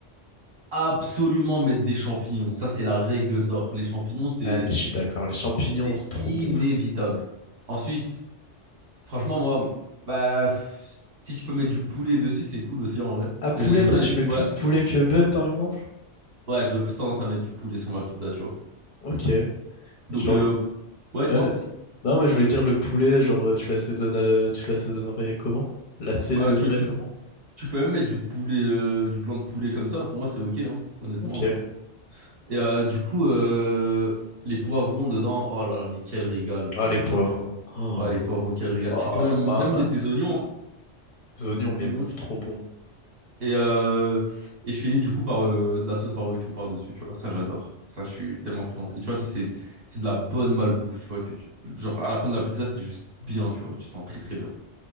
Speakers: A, on the right; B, on the left.
A: Absolument mettre des champignons. Ça, c'est la règle d'or. Les champignons, c'est
B: Ah, mais je suis d'accord. Les champignons,
A: c'est
B: c'est trop
A: inévitable.
B: bon.
A: Ensuite, franchement, moi, bah, pff, si tu peux mettre du poulet dessus, c'est cool aussi, en vrai.
B: Ah, poulet,
A: J'ai- J'aime
B: toi,
A: bien
B: tu
A: les.
B: mets plus
A: Ouais,
B: poulet que bœuf, par exemple?
A: ouais, j'aurais plus tendance à mettre du poulet sur ma pizza, tu vois.
B: Ok. Et
A: Donc,
B: genre
A: euh,
B: le...
A: ouais,
B: Ouais,
A: dis-moi.
B: vas-y. Non, mais je voulais dire le poulet, genre, euh, tu l'assaisonnes, euh, tu l'assaisonnerais comment? L'assaisonnerais
A: Bah, tu, tu,
B: comment?
A: tu peux même mettre du poulet, euh, du blanc de poulet comme ça. Pour moi, c'est ok, hein, honnêtement.
B: Ok.
A: euh. Et euh, du coup, euh, les poivrons dedans, oh là là, mais quel régal.
B: Ah,
A: <gasps>
B: les poivrons. Oh,
A: Oh, oh, les poivrons, quel régal.
B: oh
A: Tu peux même,
B: mamacita.
A: même mettre des oignons, hein.
B: Les oignons, mais
A: Oignons, tu-
B: trop bon.
A: Et, euh, et je finis du coup par euh, de la sauce barbecue par-dessus, tu vois. Ça, j'adore. Ça, je suis tellement friand. Et tu vois, ça, c'est, c'est de la bonne malbouffe, tu vois. Que tu- Genre, à la fin de la pizza, t'es juste bien, tu vois. Tu te sens très, très bien.